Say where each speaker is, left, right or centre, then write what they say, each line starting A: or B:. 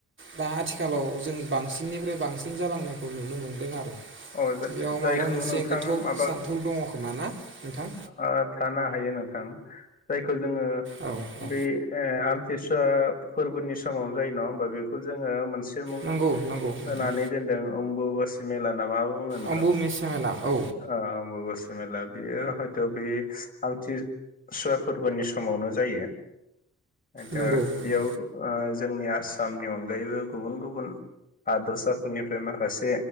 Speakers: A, on the right (about 40°); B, on the left (about 30°).
A: दा आथिखालाव जों बांसिननिफ्राय बांसिन जालांनायखौ नुनो मोनदों आरो।
B: अ जा-जायखौ
A: बेयाव माबा मोनसे
B: नोंथां
A: गोथौ
B: माबा
A: सान्थौ दङ खोमा ना नोंथां
B: ओ थानो हायो नोंथां। जाय खो जोङो
A: औ औ
B: बे ओ आन थिसुवा फोरबोनि समावनो जायो नङा होमबा बेखौ जोङो मोन से मुं
A: नंगौ नंगौ नोंथां
B: होनानै दोन्दों ओम ब'बबासि मेला नामा <unintelligible> बुंङो नोंथां
A: आंबो मिस मेला औ
B: ओ अमबबासि मेला बियो हयथ' बे आमथिसुवा फोरबोनि समावनो जायो। दा
A: नंगौ नंगौ
B: बेयाव ओ जोंनि आसामनि अनगायैबो गुबुन गुबुन हादोरसा साफोरनिफ्राय माखासे